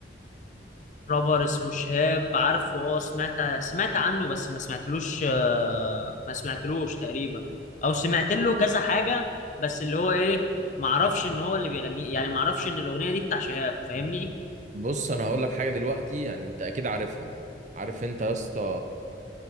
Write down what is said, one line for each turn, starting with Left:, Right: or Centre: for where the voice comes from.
Left: رابر اسمه شهاب عارفه اه سمعت سمعت عنه بس ما سمعتلوش آه، ما سمعتلوش تقريبا او سمعت له كذا حاجة بس اللي هو ايه ما اعرفش ان هو اللي بيغنيه يعني ما اعرفش ان الاغنية دي بتاع شهاب فاهمني
Right: بص انا هقول لك حاجه دلوقتي يعني انت اكيد عارفها عارف انت يا اسطى